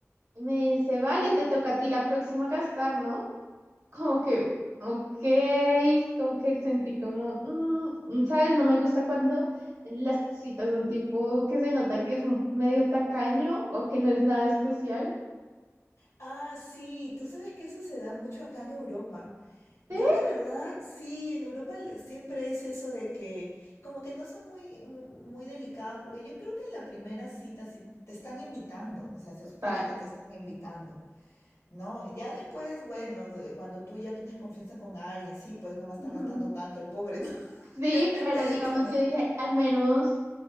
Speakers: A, on the right; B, on the left.
A: me dice, vale, te toca a ti la próxima gastar, ¿no? Como que, ok, como que sentí como, mm, ¿sabes? No me gusta cuando... Las citas son tipo que se nota que es un medio tacaño o que no es nada especial.
B: Ah, sí, tú sabes que eso se da mucho acá en Europa. Yo
A: Sí,
B: la verdad, sí, en Europa le- siempre es eso de que como que no son muy, mm, muy delicados, porque yo creo que en la primera cita, si te están invitando, o sea, se supone
A: tal.
B: que te están invitando. ¿no? Y Ya después, bueno, de- cuando tú ya tienes confianza con alguien, sí, pues no va a estar
A: Ujú.
B: gastando tanto el pobre, ¿no?
A: Sí,
B: <laughs>
A: pero digamos, yo dije, al menos